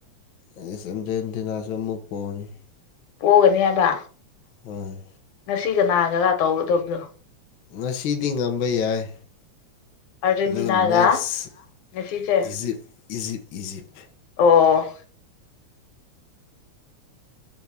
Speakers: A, on the left; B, on the left.
A: ꯑꯔꯖꯦꯟꯇꯤꯅꯥꯁꯨ ꯃꯨꯛꯄ ꯑꯣꯏꯌꯦ
B: ꯄꯣꯒꯅꯤ ꯍꯥꯏꯕ
A: ꯍꯣꯏ
B: ꯉꯁꯤ ꯀꯅꯥꯒꯔ ꯇꯧꯒꯗꯕꯗꯣ
A: ꯉꯁꯤꯗꯤ ꯉꯝꯕ ꯌꯥꯏ
B: ꯑꯥꯔꯖꯦꯟꯇꯤꯅꯥꯒ
A: ꯑꯗꯨ ꯅꯦꯛꯁ
B: ꯉꯁꯤꯁꯦ
A: ꯏꯖꯤꯞ ꯏꯖꯤꯞ
B: ꯑꯣ